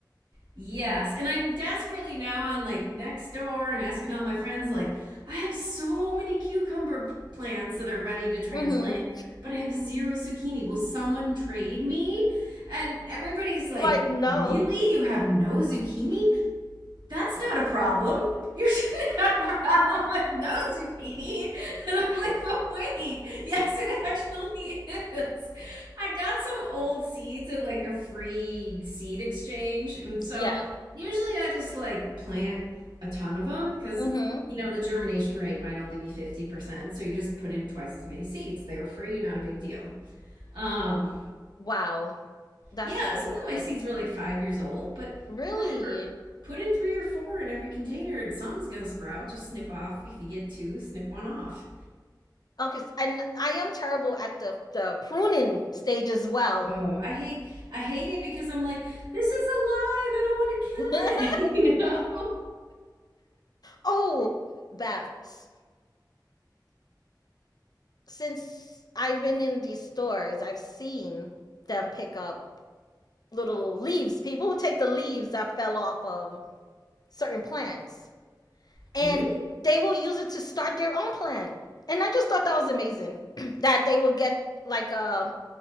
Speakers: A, on the right (about 75°); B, on the left (about 60°).
A: Yes, and I'm desperately now on like next door and asking all my friends like I have so many cucumber p- plants that are ready to transplant,
B: hmm
A: but I have zero zucchini. Will someone trade me? And everybody's like,
B: Like no.
A: "Really? You have no zucchini?" that's not a problem. You shouldn't <laughs> have a problem with no zucchini. <laughs> And I'm like, but wait, yes, it actually is. I got some old seeds at like a free seed exchange. And so
B: Yeah.
A: usually I just like plant a ton of them because,
B: hmm
A: you know, the germination rate might only be 50%. So you just put in twice as many seeds. They were free, not a big deal. Um,
B: Wow. That's
A: yeah,
B: amazing.
A: some of my seeds were like five years old, but
B: Really?
A: whatever. Put in three or four in every container and something's gonna sprout. Just snip off if you get two, snip one off.
B: Okay, s- and I am terrible at the the pruning stage as well.
A: Oh, I hate I hate it because I'm like, this is alive. I don't want to kill
B: <laughs>
A: it. <laughs> You know?
B: Oh, Beth, s- since I've been in these stores, I've seen them pick up little leaves, people who take the leaves that fell off of certain plants. and
A: Really?
B: they will use it to start their own plan. And I just thought that was amazing <clears throat> that they will get like uh